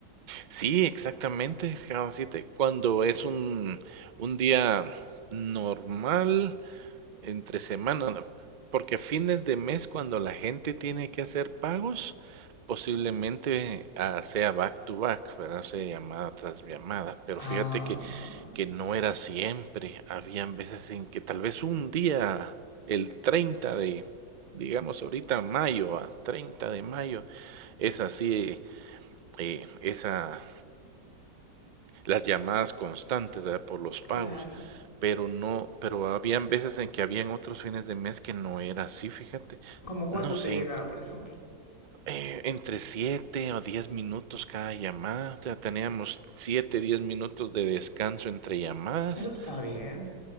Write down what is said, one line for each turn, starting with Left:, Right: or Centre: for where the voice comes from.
Right: Sí, exactamente, cada siete. Cuando es un, un día normal entre semana, ¿no? porque a fines de mes, cuando la gente tiene que hacer pagos, posiblemente ah, sea back to back, ¿verdad? O sea, llamada tras llamada. Pero
Left: Ah,
Right: fíjate que, que no era siempre. Habían veces en que tal vez un día, el 30 de, digamos ahorita mayo, ah, 30 de mayo, es así eh, esa las llamadas constantes ¿verdad? por los
Left: claro.
Right: pagos, pero no, pero habían veces en que habían otros fines de mes que no era así, fíjate,
Left: ¿Como cuánto
Right: no
Left: te
Right: sé,
Left: llegaba,
Right: en-
Left: por ejemplo?
Right: eh, entre 7 o 10 minutos cada llamada, o sea, teníamos 7, 10 minutos de descanso entre llamadas.
Left: Eso está bien.